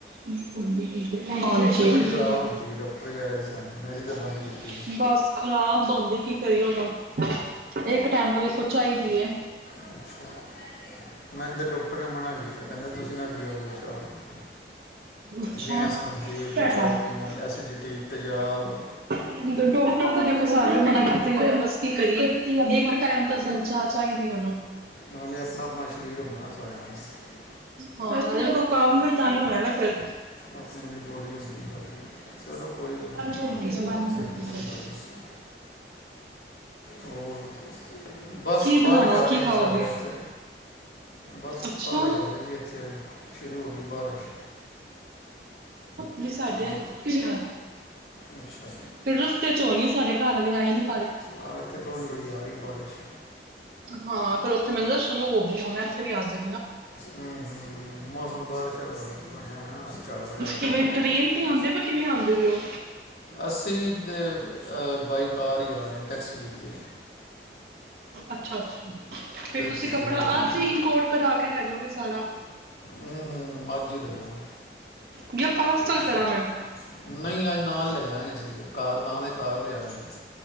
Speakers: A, on the right (about 55°); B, on the left (about 55°).
A: ਇਹ ਪੀਂਦੇ ਪੀਂਦੇ ਭੈਣਾਂ ਮਸ਼ੀਨ ਚ
B: ਬੜੀ
A: ਨੀਂ
B: ਖਰਾਬ ਹੁੰਦੀ
A: ਥੱਕਦੀਆਂ
B: ਹੈ ਡਾਕਟਰ ਵਗੈਰਾ ਹੀ ਸਨ ਮੈਂ ਜੀ ਤਾਂ ਬੰਦ ਕੀਤੀ ਸੀ।
A: <unintelligible> ਬਸ ਖ਼ਰਾਬ ਤਾਂ ਹੁੰਦੀ ਕੀ ਕਰੀਏ ਹੁਣ। ਹੂੰ ਇੱਕ ਟਾਇਮ ਤਾਂ ਵੇਖੋ ਚਾਹੀਦੀ ਏਂ।
B: ਅੱਛਾ ਮੈਨੂੰ ਤਾਂ ਡਾਕਟਰ ਨੇ ਮਨਾ ਕੀਤਾ ਕਹਿੰਦਾ ਤੁਸੀਂ ਨਾ ਪੀਆ ਕਰੋ ਚਾਹ
A: ਅੱਛਾ
B: ਗੈਸ
A: ਪਤਾ
B: ਬੰਦੀ ਹੈ ਚਾਹ
A: ਨੀਂ।
B: ਪੀਣ ਨਾਲ ਐਸਿਡਿਟੀ ਤੇਜ਼ਾਬ
A: ਹੁਣ ਡਾਕਟਰ ਤਾਂ ਦੇਖੋਂ ਸਾਰੇ ਮਨਾਂ ਕਰਦੇਂ। ਹੁਣ ਬਸ ਕੀ ਕਰੀਏ। ਹੋਰ ਜੀ। ਇੱਕ ਟਾਈਮ ਤਾਂ ਸਾਨੂੰ ਚਾਹ ਚਾਹੀਦੀ ਆ ਉਹਨਾਂ ਨੂੰ
B: ਨਾਲ਼ੇ ਆਪਣਾ ਆਪਣਾ ਸ਼ਰੀਰ ਹੁੰਦਾਂ ਏਂ ਨਾ ਸਾਰਿਆਂ ਦਾ।
A: ਹੋਲੀ ਹੋਲੀ ਹੁਣ ਜਦੋਂ ਕੰਮ ਏ ਤਾਂਹੀਂ ਹੋਣਾ ਏਂ ਨਾ ਫ਼ਿਰ।
B: ਆਪਣੀ ਆਪਣੀ ਬੋਡੀ ਹੁੰਦੀ ਏ ਸਭ ਦੀ ਚਲੋ ਕੋਈ
A: ਫਿਰ
B: ਗੱਲ ਨੀ ਠੀਕ ਐ ਓਕੇ ਕੋਈ ਗੱਲ ਨੀ ਹੋਰ ਬਸ
A: ਕੀ
B: ਬਾਰਸ਼
A: ਬਣਾਵਾਂ
B: ਆ
A: ਕੀ
B: ਰਹੀ
A: ਖਾਓਗੇ?
B: ਸੀ ਸਾਡੇ ਐਥੇ। ਬਸ
A: ਅੱਛਾ,
B: ਬਾਰਿਸ਼ ਆ ਰਹੀ ਸੀ ਐਥੇ ਸ਼ੁਰੂ ਹੋ ਗਈ ਬਾਰਿਸ਼।
A: ਨੀ ਸਾਡੇ
B: ਹਾਂ
A: ਐਥੇ ਅੱਛਾ।
B: ਅੱਛਾ
A: ਫਿਰ ਰਸਤੇ ਚ ਹੋਣੀ ਸਾਡੇ ਘਰ ਹਲੇ ਆਈ ਨ
B: ਆਹ, ਐਥੇ ਥੋੜੀ ਥੋੜੀ ਆ ਰੀ ਏ ਬਾਰਸ਼।
A: ਹਾਂ, ਫੇਰ ਔਥੇ ਮੈਨੂੰ ਲੱਗਦਾ ਸ਼ੁਰੂ ਹੋ ਗੀ ਏ ਹੋਣ ਇੱਥੇ ਵੀ ਆਜੇ
B: ਹੂੰ ਹੂੰ ਹੂੰ, ਮੌਸਮ ਬਾਰਸ਼ ਆਸ ਆਲਾ ਬਣਿਆ ਹੋਇਆ, <unintelligible> ਵਗੈਰਾ
A: ਕਿਵੇਂ
B: ਬਣਿਆ ਐ
A: ਟ੍ਰੇਨ ਤੇ ਆਂਦੇ ਪਏ ਕਿਵੇਂ ਆਂਦੇ ਪਏ ਓ?
B: ਅਸੀਂ ਵੀ ਤੇ ਬਾਈ ਕਾਰ ਈ ਅ ਰਹੇ ਟੈਕਸੀ ਕੀਤੀ ਏ।
A: ਅੱਛਾ ਅੱਛਾ, ਫੇਰ ਤੁਸੀਂ
B: ਭੀੜ
A: ਕੱਪੜਾ
B: ਬੜੀ ਹੁੰਦੀ
A: ਅੱਜ
B: ਹੈ।
A: ਹੀ ਇਮਪੋਰਟ ਕਰਾ ਕੇ ਲੈ ਜੌਗੇ ਸਾਰਾ?
B: ਹੂੰ ਹੂੰ, ਅੱਜ ਈ ਲੈ ਜਾਣੈ।
A: ਜਾਂ ਪਾਰਸਲ
B: ਅੱਛਾ,
A: ਕਰਾਂ ਮੈਂ?
B: ਨਈ ਅੱਜ ਨਾਲ ਲੈ ਜਾ ਤਾਹੀਂ ਅਸੀਂ ਕਾਰ ਤਾਂ ਤੇ ਕਾਰ ਲਿਆ ਰੇ ਹਾਂ।